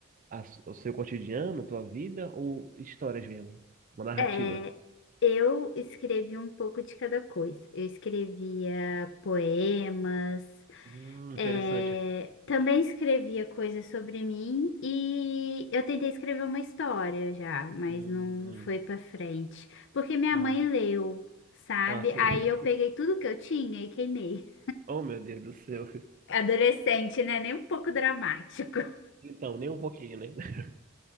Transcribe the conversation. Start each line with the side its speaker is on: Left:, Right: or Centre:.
Right: a s- o seu cotidiano, tua vida ou histórias mesmo? Uma narrativa?
Left: É, eu escrevi um pouco de cada coisa. Eu escrevia poemas,
Right: Hum, interessante.
Left: é, também escrevia coisas sobre mim e eu tentei escrever uma história já, mas
Right: Hum,
Left: não
Right: hum.
Left: foi pra frente, porque minha
Right: Ah,
Left: mãe leu, sabe?
Right: ah, sim.
Left: Aí eu peguei
Right: <laughs>
Left: tudo que eu tinha e queimei.
Right: Oh, meu Deus do céu.
Left: <laughs> Adolescente, né? Nem um pouco dramático. <laughs>
Right: Então, nem um pouquinho, né? <laughs>